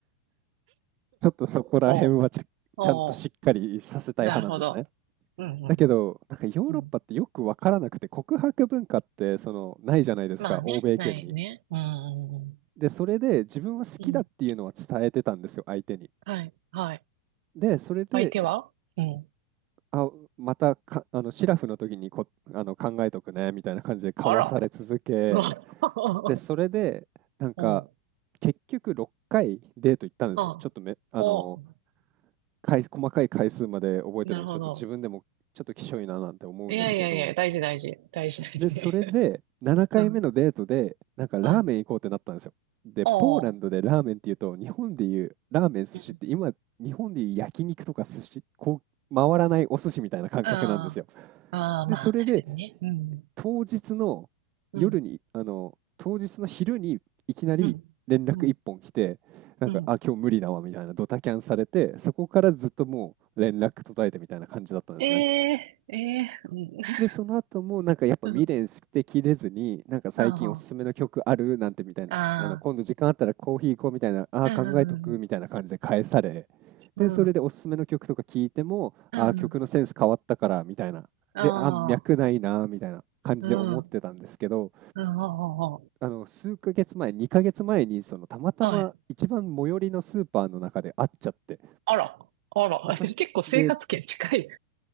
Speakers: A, on the right (about 35°); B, on the right (about 60°).
A: ちょっとそこら辺はちゃちゃんとしっかりさせたい派なんですね。
B: お、<laughs> おお。なるほど。うん、うん、
A: だけど、なんかヨーロッパってよくわからなくて、
B: うん。うん
A: 告白文化ってそのないじゃないですか、
B: まあね、
A: 欧米圏に。
B: ないね。うん、うん、うん。
A: で、それで自分は好きだっていうのは伝えてたんですよ、
B: うん
A: 相手に。
B: はい、はい。
A: で、それで、
B: 相手はうん。
A: あ、またか、あの、シラフの時にこ、あの、考えとくね、みたいな感じで交わされ続け、
B: あら。うわ <laughs>
A: で、それで、なんか、
B: おう、
A: 結局6回デート行ったんですよ。
B: あ、
A: ちょっとめ、あの、
B: おう、
A: 回細かい回数まで覚えてるので、
B: なるほど。
A: ちょっと自分でもちょっときしょいななんて思うんですけど、
B: いやいやいや、大事大事。大事大事。
A: で、それで、
B: <laughs>
A: 7回目のデートで、
B: うん。
A: なんかラーメン行こうってなったんですよ。
B: はい。
A: で、
B: おう。
A: ポーランドでラーメンっていうと、日本でいうラーメン、寿司って今、
B: うん。
A: 日本でいう焼肉とか寿司、こう、回らないお寿司みたいな感覚なんですよ。
B: ああ、ああ、まあ、
A: で、それで、
B: 確かにね。うん。
A: 当日の夜に、
B: うん。
A: あの、当日の昼にいきなり連絡一本来て、
B: うん。うん。
A: なんか、
B: うん。
A: あ、今日無理だわみたいなドタキャンされて、そこからずっともう連絡途絶えてみたいな感じだったんですね。
B: ええええ
A: で、その後もなんかやっぱ未練捨てきれずに、
B: うん。<laughs>
A: なんか最近おすすめの曲あるなんてみたいな、
B: ああ、ああ、
A: あの今度時間あったらコーヒー行こうみたいな、ああー考えとくみたいな感じで返され、
B: うん、うん、うん。
A: で、
B: うん
A: それでおすすめの曲とか聞いても、
B: うん。
A: ああ曲のセンス変わったからみたいな、
B: ああ、
A: で、ああ脈ないなみたいな感じで思ってたんですけど、
B: うん。うん。ああ、
A: あの数ヶ月前、2ヶ月前にそのたまたま一番最寄りのスーパーの中で会っちゃって、
B: あはい。あら。あら。
A: で、そして、
B: <laughs> 結構生活圏近い。